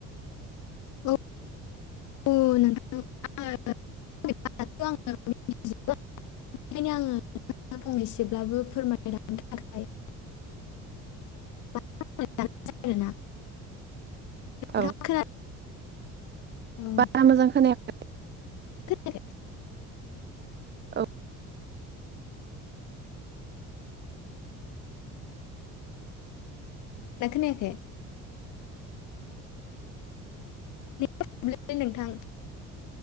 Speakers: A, on the left; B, on the right.
A: <unintelligible> <unintelligible>
B: औ
A: नोंथाङा खोना औ
B: बारा मोजां खोनाया <unintelligible>
A: खोनायाखै
B: औ
A: दा खोनायाखै? <unintelligible> नोंथां